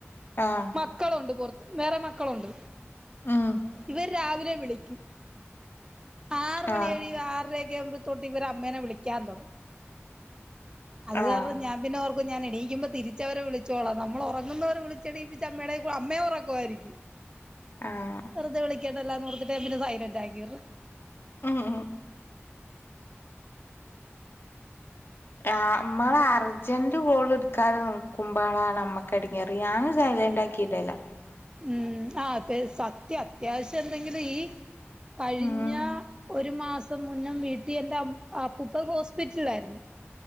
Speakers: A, on the left; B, on the right.
A: ആഹ്
B: മക്കളുണ്ട് പുറത്ത് വേറെ മക്കളുണ്ട്
A: ഉം
B: ഇവര് രാവിലെ വിളിക്കും ആറ് മണി
A: ആഹ്
B: കഴിയും ആറര ഒക്കെ ആകുമ്പോ തൊട്ട് ഇവര് അമ്മേനെ വിളിക്കാൻ തൊടങ്ങും അത്
A: ആഹ്
B: കാരണം ഞാൻ പിന്നെ ഓർക്കും ഞാൻ എണീക്കുമ്പോൾ തിരിച്ച് അവരെ വിളിച്ചോളാം നമ്മളുറങ്ങുന്നവരെ വിളിച്ച് എണീപ്പിച്ച് അമ്മയുടെയും അമ്മയും ഉറക്കുമായിരിക്കും
A: ആഹ്
B: വെറുതെ വിളിക്കണ്ടല്ലോന്ന് ഓർത്തിട്ട് ഞാൻ പിന്നെ സൈലന്റ് ആക്കിയിടല്
A: ഉം ഉം ആഹ് നമ്മള് അർജന്റ് കോള് എടുക്കാതെ നോക്കുമ്പോഴാണ് ഞമ്മക്ക് എടങ്ങാറ് ഞാന് സൈലൻ്റാക്കി കിടല
B: മ്മ് അതെ സത്യം അത്യാവശ്യം എന്തെങ്കിലും ഈ കഴിഞ്ഞ
A: ഉം
B: ഒരു മാസം മുന്നെ വീട്ടിൽ എൻറെ അപ്പ് അപ്പൂപ്പൻ ഹോസ്പിറ്റലിലായിരുന്നു